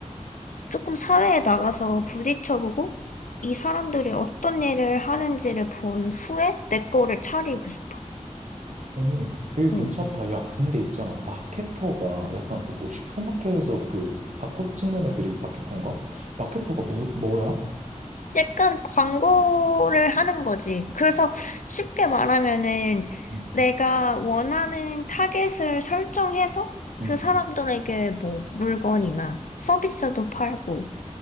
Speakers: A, on the left; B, on the right.
A: 조금 사회에 나가서 부딪혀보고 이 사람들이 어떤 일을 하는지를 본 후에 내 거를 차리고 싶어.
B: 오, 되게
A: 어.
B: 괜찮다. 야, 근데 있잖아. 마케터가 약간 그 뭐 슈퍼마켓에서 그 바코드 찍는 애들이 마케터인가? 마케터가 무, 뭐야?
A: 약간 광고를 하는 거지. 그래서 쉽게 말하면은
B: 음,
A: 내가 원하는 타겟을 설정해서 그
B: 음,
A: 사람들에게 뭐 물건이나 서비스도 팔고